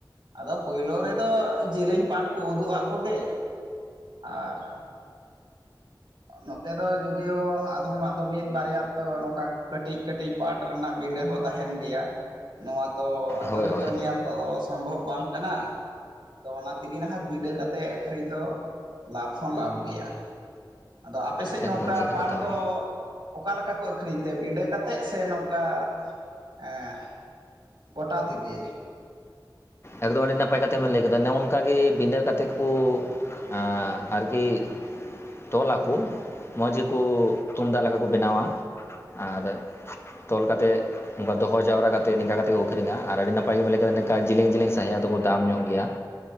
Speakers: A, on the right; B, on the left.
A: ᱟᱫᱚ ᱯᱳᱭᱞᱳ ᱨᱮᱫᱚ ᱡᱮᱞᱮᱧ ᱯᱟᱴ ᱠᱚ ᱩᱫᱩᱜ ᱟᱜ ᱠᱚᱜᱮ ᱟᱨ ᱱᱚᱛᱮ ᱫᱚ ᱡᱩᱫᱤᱭᱳ ᱟᱫᱷᱚᱢᱟᱜ ᱫᱚ ᱢᱤᱫ ᱵᱟᱨᱭᱟ ᱫᱚ ᱱᱚᱝᱠᱟ ᱠᱟᱹᱴᱤᱡ ᱠᱟᱹᱴᱤᱡ ᱯᱟᱴ ᱨᱮᱱᱟᱜ ᱵᱤᱸᱰᱟᱹ ᱦᱚᱸ ᱛᱟᱦᱮᱸᱱ ᱜᱮᱭᱟ ᱾ ᱱᱚᱣᱟ ᱛᱚ ᱟᱫᱚ
B: ᱦᱳᱭ
A: ᱡᱚᱛᱚ
B: ᱦᱳᱭ
A: ᱧᱮᱞ ᱛᱚ ᱥᱚᱢᱵᱷᱚᱵᱽ ᱵᱟᱝ ᱠᱟᱱᱟ ᱾ ᱟᱫᱚ ᱚᱱᱟ ᱛᱮᱜᱮ ᱱᱟᱦᱟᱸᱜ ᱵᱤᱸᱰᱟᱹ ᱠᱟᱛᱮᱫ ᱟᱹᱠᱷᱨᱤᱧ ᱫᱚ ᱞᱟᱵᱷ ᱦᱚᱸ ᱞᱟᱵᱷ ᱜᱮᱭᱟ᱾ ᱟᱫᱚ ᱟᱯᱮ ᱥᱮᱫ
B: ᱮᱠᱫᱚᱢ
A: ᱱᱚᱝᱠᱟ
B: ᱥᱟᱹᱨᱤ
A: ᱯᱟᱴ
B: ᱠᱟᱛᱷᱟ ᱵᱮᱱ
A: ᱫᱚ ᱚᱠᱟ ᱞᱮᱠᱟ ᱠᱚ ᱟᱹᱠᱷᱨᱤᱧ ᱛᱮ ᱵᱤᱸᱰᱟᱹ ᱠᱟᱛᱮᱫ ᱥᱮ ᱱᱚᱝᱠᱟ ᱮᱸ ᱜᱚᱴᱟ ᱛᱮᱜᱮ?
B: ᱮᱠᱫᱚᱢ ᱟᱹᱰᱤ ᱱᱟᱯᱟᱭ ᱠᱟᱛᱷᱟ ᱵᱤᱱ ᱞᱟᱹᱭ ᱠᱮᱫᱟ ᱱᱚᱸᱜᱚ ᱱᱚᱝᱠᱟ ᱜᱮ ᱵᱤᱰᱟᱹ ᱠᱟᱛᱮᱫ ᱠᱚ ᱮᱸᱜ ᱟᱨᱠᱤ ᱛᱚᱞ ᱟᱠᱚ ᱢᱚᱸᱡᱽ ᱜᱮᱠᱚ ᱛᱩᱢᱫᱟᱜ ᱞᱮᱠᱟ ᱠᱚ ᱵᱮᱱᱟᱣᱟ᱾ ᱟᱨ ᱛᱚᱞ ᱠᱟᱛᱮᱫ ᱚᱱᱠᱟ ᱫᱚᱦᱚ ᱡᱟᱣᱨᱟ ᱠᱟᱛᱮ ᱱᱤᱝᱠᱟ ᱠᱟᱛᱮ ᱠᱚ ᱟᱹᱠᱷᱨᱤᱧᱟ ᱟᱨ ᱟᱹᱰᱤ ᱱᱟᱯᱟᱭ ᱜᱮ ᱢᱮᱱ ᱠᱮᱫᱟ ᱱᱝᱠᱟ ᱡᱤᱞᱤᱝ ᱡᱮᱤᱞᱤᱝ ᱥᱟᱸᱦᱤᱡᱟᱜ ᱫᱚᱠᱚ ᱫᱟᱢ ᱧᱚᱸᱜ ᱜᱮᱭᱟ᱾